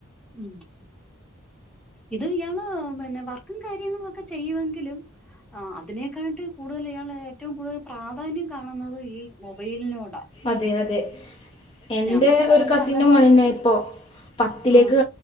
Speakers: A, in the centre; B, on the left (about 25°).
A: ഉം ഇത് <unintelligible> തന്നെ വർക്കും കാര്യങ്ങളൊക്കെ ചെയ്യും ങ്കിലും ആഹ് അതിനേക്കാട്ടി കൂടുതല് ഇയാള് ഏറ്റവും കൂടുതൽ പ്രാധാന്യം കാണുന്നത് ഈ മൊബൈൽനോടാ
B: അതെ അതെ എന്റെ
A: പറഞ്ഞ്
B: ഒരു
A: മോനെ
B: കസിൻൻ്റെ
A: അങ്ങനെ
B: മോനെന്നെ ഇപ്പോ പത്തിലേക്ക്
A: ആഹ്